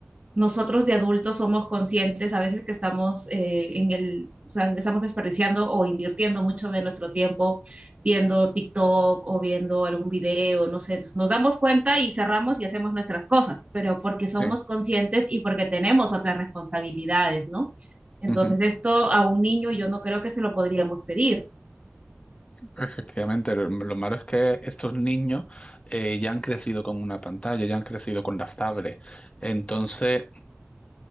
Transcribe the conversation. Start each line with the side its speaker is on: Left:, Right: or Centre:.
Right: nosotros de adultos somos conscientes a veces que estamos eh, en el, o sea, estamos desperdiciando o invirtiendo mucho de nuestro tiempo viendo TikTok o viendo algún video, no sé, entonces nos damos cuenta y cerramos y hacemos nuestras cosas, pero porque somos
Left: Sí,
Right: conscientes y porque tenemos otras responsabilidades, ¿no? Entonces
Left: ujú.
Right: esto a un niño yo no creo que se lo podríamos pedir.
Left: Efectivamente, lo, lo malo es que estos niños eh, ya han crecido con una pantalla, ya han crecido con las tablets. Entonces,